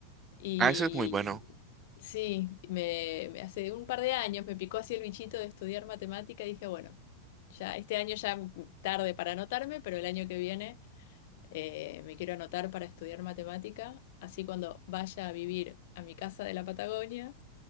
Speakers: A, on the left (about 50°); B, on the right (about 20°).
A: Y
B: Ah, eso es muy bueno.
A: sí, me, me- hace un par de años me picó así el bichito de estudiar matemática y dije, bueno, ya este año ya tarde para anotarme, pero el año que viene eh, me quiero anotar para estudiar matemática, así cuando vaya a vivir a mi casa de la Patagonia,